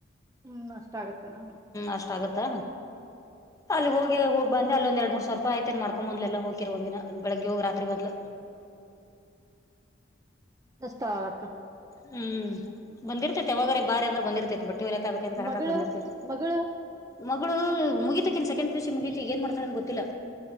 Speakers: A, on the right (about 15°); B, on the left (about 15°).
A: ಹ್ಮ್ ಅಷ್ಟ ಆಗತ್ತನಾ
B: ಅಷ್ಟ ಆಗತ್ತಾ ಅಲ್ಲಿ ಹೋಗ ಹೋಗಿ ಬನ್ನಿ ಅಲ್ಲಿ ಒಂದ ಎರಡು ಮೂ ಸಾವರ ರೂಪಾಯ ಆಯ್ತತಿ ಮಾಡ್ಕೊಂದ ಬಂದಾಲ ಎಲ್ಲಾ ಹೋಗಿ ಕೆ ಒಂದ ದಿನಾ ಬೆಳಗ್ಗೆ ಹೋಗ ರಾತ್ರಿ ಬಂದ್ಲು
A: <inaudible>
B: ಹ್ಮ್ ಬಂದಿರ್ತೈತಿ ಯಾವಾಗಾರ ಬಾರಿ ಅಂದ್ರ ಬಂದಿರ್ತೈತಿ ಬಟ್ಟೆ ಹೋಲಿಯಾಕ ಅದಕಂತ ಹಾಕಾಕ
A: ಮಗಳು
B: ಬಂದಿರ್ತೇತಿ
A: ಮಗಳು
B: ಮಗಳು ಮುಗಿತ ಅಕಿನ ಸೆಕೆಂಡ್ ಪಿ ಯು ಸಿ ಮುಗೀತಿ ಈಗ ಏನ್ ಮಾಡ್ತಾಳ ಅಂತ ಗೊತ್ತಿಲ್ಲ